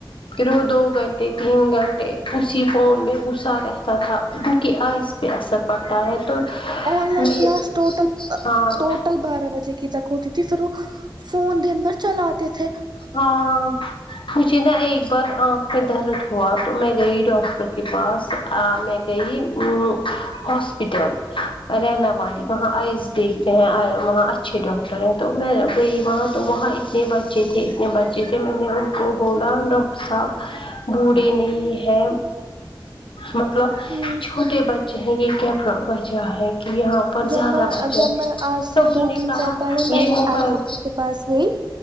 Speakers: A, on the left; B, on the right.
A: تو دو گھنٹے تین گھنٹے اسی فون میں غسہ رہتا تھا انکہ آز پہ اثر پڑتا ہے تو
B: آن لائن
A: میں
B: کلاس ٹوٹل
A: ہاں
B: ٹوٹل بارہ بجے کی تک ہوتی تھی پھر وہ فون دن بس چلاتے تھے
A: ہاں مجھے نا ایک بار آنکھ میں درد ہوا تو میں گئی ڈاکٹر پاس میں گئی ہاسپٹل رہنا یا وہاں آز دیکھتے ہیں وہاں اچھے ڈاکٹر ہیں تو میں گئی وہاں تو وہاں اتنے بچے تھے اپنے بچے تھے میں نے ان کو بولا ڈاکٹر صاحب بوڑھے نہیں ہیں مطلب
B: ہوں،
A: چھوٹے بچے ہیں یے کیا وجہ ہے کہ یہاں پر
B: جب
A: زیادہ
B: میں
A: بچے
B: جب میں آج سے
A: تو انہوں
B: دو
A: نے
B: تین
A: کہا
B: سال پہلے میں
A: یہ
B: بھی
A: موبائل
B: آئی ڈاکٹر کے پاس گئی